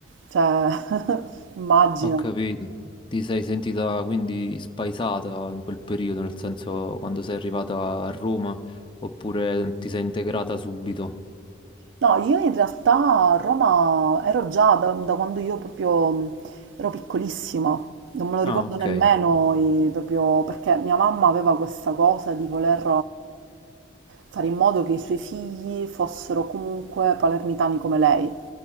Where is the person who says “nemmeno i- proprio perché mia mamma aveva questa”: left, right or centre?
Right